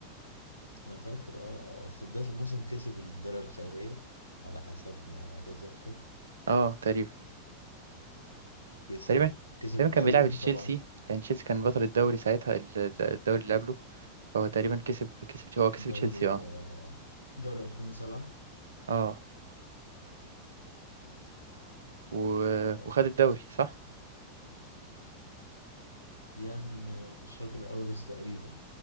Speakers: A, on the left; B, on the right.
A: انا فاكر اه في بداية الموسم كسب الدرع الخيرية على حسب ما اتذكر
B: اه تقريبا
A: كسب
B: تقريبا
A: كسب
B: تقريبا
A: الدوري
B: كان بيلعب تشيلسي
A: طبعا
B: لان تشيلسي كان بطل الدوري ساعتها ال- ال- الدوري اللي قبله هو تقريبا كسب كسب هو كسب
A: دوري
B: تشيلسي اه
A: آه، دوري 2007
B: اه و...
A: آه،
B: وخد الدوري صح
A: يعني ما- مش فاكر أوي بس تقريبا